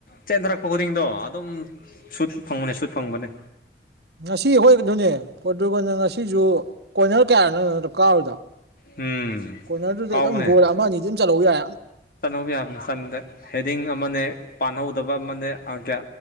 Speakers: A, on the left; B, on the right.
A: ꯆꯦꯟꯊꯔꯛꯄ ꯈꯨꯗꯤꯡꯗꯣ ꯑꯗꯨꯝ ꯁꯨꯠ ꯐꯪꯕꯅꯦ ꯁꯨꯠ ꯐꯪꯕꯅꯦ
B: ꯉꯁꯤ ꯍꯈꯣꯏꯒꯗꯨꯅꯦ ꯀꯣ ꯑꯗꯨꯒꯅ ꯉꯁꯤꯁꯨ ꯀꯣꯏꯅꯔ ꯀꯌꯥꯅꯣꯅꯣ ꯀꯀꯥꯔꯗ
A: ꯎꯝ
B: ꯀꯣꯏꯅꯔꯗꯨꯗ
A: ꯀꯥꯎꯕꯅꯦ
B: ꯑꯗꯨꯝ ꯒꯣꯜ ꯑꯃ ꯑꯅꯤ ꯑꯗꯨꯝ ꯆꯠꯍꯧ ꯌꯥꯏ
A: ꯆꯠꯍꯧꯕ ꯌꯥꯕꯅꯤꯟꯗ ꯍꯦꯗꯤꯡ ꯑꯃꯅꯦ ꯄꯥꯟꯍꯧꯗꯕ ꯑꯃꯅꯦ ꯑꯌꯥ